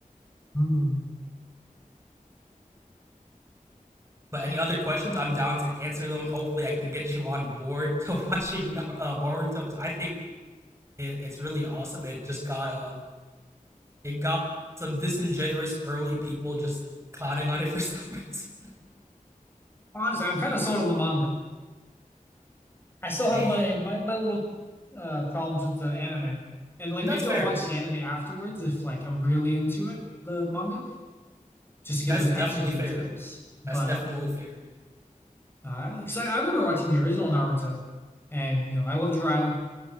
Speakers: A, on the left (about 15°); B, on the right (about 20°).
A: Hmm.
B: But any other questions, I'm down to answer them. Hopefully, I can get you on board <laughs> to watching uh, Boruto because I think it, it's really awesome. It just got uh, it got some disingenuous early people just clowning on it for some reason. <laughs>
A: Honestly, I'm kind of sold on the manga. I still have
B: Hey,
A: my my, my little uh, problems with the anime. And like
B: that's
A: maybe
B: fair.
A: I'll watch the anime afterwards if like I'm really into it, the manga, just to get
B: that's
A: those
B: definitely
A: extra details.
B: fair.
A: But
B: That's definitely fair.
A: uh, 'cause I, I remember watching the original Naruto and you know, I loved Jiraiya.